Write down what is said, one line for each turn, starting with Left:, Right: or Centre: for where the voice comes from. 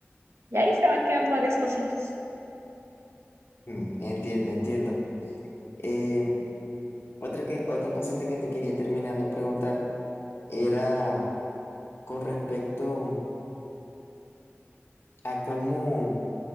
Right: Y ahí se van quedando varias cositas.
Left: Mm, Entiendo, entiendo. Eh, otra que, otra cosita que te quería terminar de preguntar era con respecto a cómo,